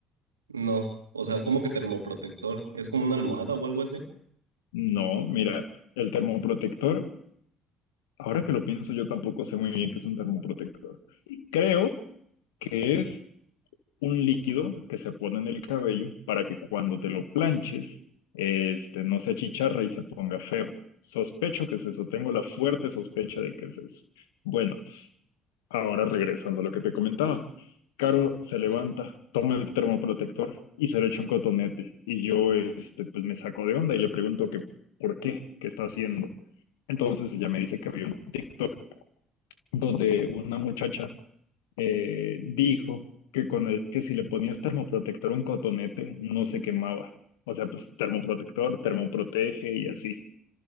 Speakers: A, on the right (about 85°); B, on the left (about 70°).
A: No, o sea, ¿cómo que termoprotector? ¿Es como una almohada o algo así?
B: No, mira, el termoprotector, ahora que lo pienso, yo tampoco sé muy bien qué es un termoprotector. Creo que es un líquido que se pone en el cabello para que cuando te lo planches, este, no se achicharra y se ponga feo. Sospecho que es eso, tengo la fuerte sospecha de que es eso. Bueno, ahora regresando a lo que te comentaba. Caro se levanta, toma el termoprotector y se lo echa un cotonete. Y yo, este, pues me saco de onda y le pregunto que, ¿por qué? ¿Qué está haciendo? Entonces ella me dice que vio un TikTok donde una muchacha eh, dijo que, con el- que si le ponías termoprotector a un cotonete, no se quemaba. O sea, pues termoprotector, termoprotege y así.